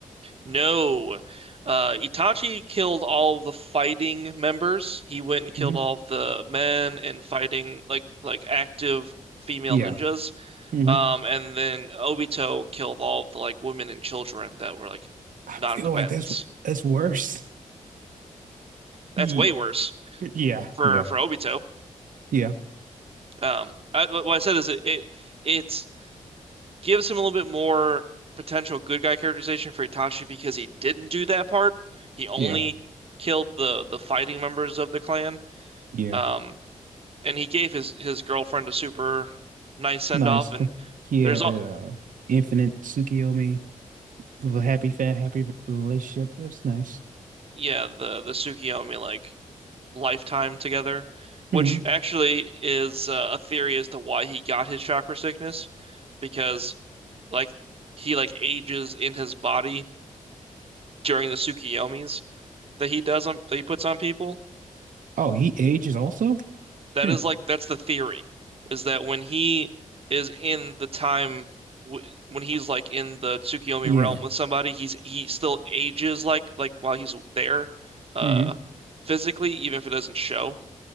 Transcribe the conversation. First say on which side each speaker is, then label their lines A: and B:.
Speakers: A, on the right; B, on the right.
A: No. Uh, Itachi killed all the fighting members. He went and killed
B: hmm
A: all the men and fighting like like active female
B: Yeah.
A: ninjas.
B: hmm
A: Um, and then Obito killed all the like women and children that were like
B: I
A: non-combatants.
B: feel like that's that's worse. <laughs>
A: That's
B: Ye-
A: way worse
B: Yeah,
A: for
B: yeah,
A: for Obito.
B: yeah,
A: Um, I, what I said is it, it it's gives him a little bit more potential good guy characterization for Itachi because he didn't do that part. He only
B: yeah,
A: killed the the fighting members of the clan.
B: yeah.
A: Um, and he gave his his girlfriend a super nice send
B: Nice.
A: off. And
B: th- Yeah,
A: there's
B: that
A: all
B: uh infinite Tsukiyomi with a happy fat happy relationship. That's nice.
A: yeah the the Tsukiyomi like lifetime together, which
B: hmm
A: actually is uh, a theory as to why he got his chakra sickness because like he like ages in his body during the Tsukiyomis that he does on, that he puts on people.
B: Oh, he ages also?
A: That
B: Hmm.
A: is like that's the theory is that when he is in the time w when he's like in the Tsukiyomi
B: Yeah.
A: realm with somebody, he's he still ages like like while he's there, uh,
B: hmm
A: physically, even if it doesn't show.